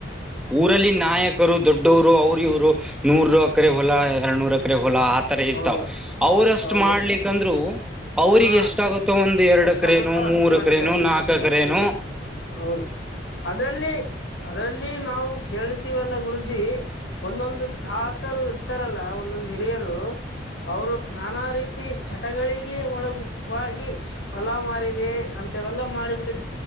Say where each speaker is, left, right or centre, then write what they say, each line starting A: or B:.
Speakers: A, in the centre; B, on the left (about 75°).
A: ಊರಲ್ಲಿ ನಾಯಕರು ದೊಡ್ಡವ್ರು ಅವರು ಇವ್ರು ನೂರ್ ಅಕರೆ ಹೊಲ ಎರಡ್ ನೂರ ಅಕರೆ. ಹೊಲಾ ಆತರ ಇರ್ತಾವ
B: ಹೌದು
A: ಅವ್ರಷ್ಟ್
B: ಹೌದು
A: ಮಾಡ್ಲಿಕ್ಕಂದ್ರು. ಅವ್ರಿಗೆ
B: ಹಾ
A: ಎಷ್ಟ ಆಾಗುತ್ತೋ ಒಂದು ಎರಡು
B: ಎಷ್ಟಾಗುತ್ತೋ
A: ಕ್ರೇನು
B: ಅಷ್ಟು
A: ಮೂರು
B: ಮಾಡಿದಾರೆ
A: ಕ್ರೇನು ನಾಲ್ಕುಕ್ರೇನು
B: ಹ್ಮ್ ಹೌದು ಅದರಲ್ಲಿ ಅದರಲ್ಲಿ ನಾವು ಕೇಳ್ತಿೀವಲ್ಲ ಗುರುಜಿ ಒಂದೊಂದು ತಾತರು ಇರ್ತಾರಲ್ಲ ಒಂದೊಂದು ಹಿರಿಯರು ಅವರು ನಾನಾ ರೀತಿ ಚಟಗಳಿಗೆ ಒಳಗಾಗಿ ಫಲ ಮಾರಿದೆ ಅಂತ ಇವೆಲ್ಲ ಮಾಡಬಿಟ್ಟು